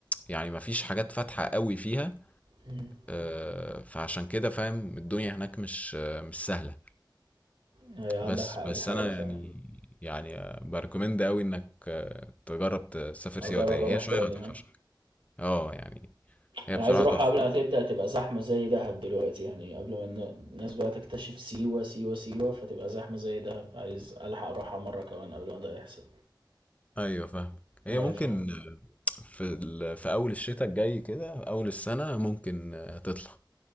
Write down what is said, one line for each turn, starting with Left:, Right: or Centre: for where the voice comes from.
Left: يعني ما فيش حاجات فاتحة قوي فيها
Right: مم.
Left: آه، فعشان كده فاهم الدنيا هناك مش آه، مش سهلة
Right: هي عندك
Left: بس
Right: حق
Left: بس
Right: دي حقيقة
Left: أنا يعني
Right: فعلا
Left: يعني بريكومند قوي إنك آه، تجرب تسافر
Right: اجرب
Left: سيوة تاني
Right: اروح
Left: هي شوية
Right: تاني
Left: هتوحشك
Right: ها
Left: اه يعني هي
Right: انا
Left: بصراحة
Right: عايز اروح
Left: تحفة
Right: قبل ما تبدأ تبقى زحمة زي دهب دلوقتي يعني قبل ما الن- الناس بقى تكتشف سيوة سيوة سيوة فتبقى زحمة زي دهب عايز الحق اروحها مرة كمان قبل ما ده يحصل
Left: ايوه فاهم هي
Right: ايوه
Left: ممكن
Right: فاهم
Left: في ال... في اول الشتاء الجاي كده اول السنه ممكن آه، تطلع